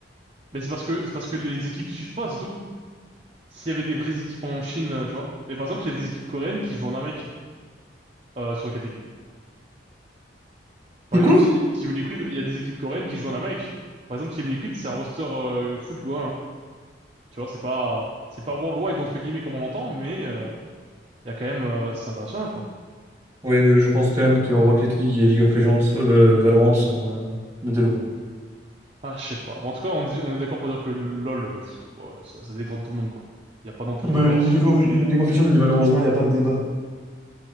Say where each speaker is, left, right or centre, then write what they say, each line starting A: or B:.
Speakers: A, on the right (about 35°); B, on the right (about 15°).
A: Mais c'est parce que c'est parce que les équipes suivent pas, c'est tout. S'il y avait des vraies équipes en Chine, euh, tu vois. Mais par exemple, il y a des équipes coréennes qui jouent en Amérique euh, sur Rocket League. Par
B: C'est
A: exemple,
B: quoi?
A: Ti- Team Liquid, il y a des équipes coréennes qui jouent en Amérique. Par exemple, Team Liquid, c'est un roster euh, foot coréen. Tu vois, c'est pas c'est pas worldwide entre guillemets comme on l'entend, mais euh, il y a quand même euh, c'est international quoi.
B: Oui, mais je pense quand même que Rocket League et League of Legends, euh, Valorant sont euh, mieux développés.
A: Ah, je sais pas. Bon, en tout cas, on, est- on est d'accord pour dire que LoL, euh, pff, ouais, ça, ça détrône tout le monde quoi. Il y a pas non plus de
B: Mais
A: concurrence.
B: League of, League of Legends, malheureusement, il n'y a pas de débat.